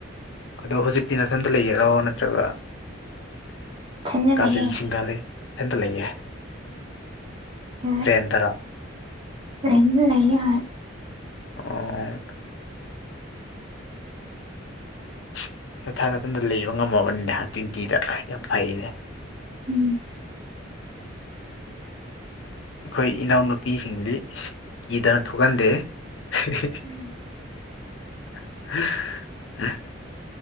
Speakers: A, on the left (about 70°); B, on the right (about 25°).
A: ꯑꯗꯣ ꯍꯧꯖꯤꯛꯇꯤ ꯅꯥꯊꯟꯇ ꯂꯩꯔꯤꯔꯣ ꯅꯠꯇ꯭ꯔꯒ
B: ꯏꯊꯟꯗ
A: ꯀꯥꯖꯤꯟ
B: ꯂꯩꯌꯦ
A: ꯁꯤꯡꯒꯥ ꯂꯩ ꯏꯊꯟꯇ ꯂꯩꯌꯦ
B: ꯍ‌ꯣꯏ
A: ꯔꯦꯟꯗꯔ
B: ꯂꯩꯅꯤꯡꯉ ꯂꯩꯌ‌ꯣ ꯍ‌ꯣꯏ
A: ꯑꯣ ꯑꯁ ꯅꯊꯥꯟꯗ ꯅꯊꯟꯗ ꯂꯩꯕ ꯉꯝꯃꯕꯅꯤꯅꯦ ꯇ꯭ꯋꯦꯟꯇꯤꯗ ꯌꯥꯝ ꯐꯩꯅꯦ
B: ꯎꯝ
A: ꯑꯩꯈꯣꯏ ꯏꯅꯥꯎꯅꯨꯄꯤꯁꯤꯡꯗꯤ ꯀꯤꯗꯅ ꯊꯣꯛꯍꯟꯗꯦꯍ‌ꯦ
B: ꯎꯝ
A: <unintelligible>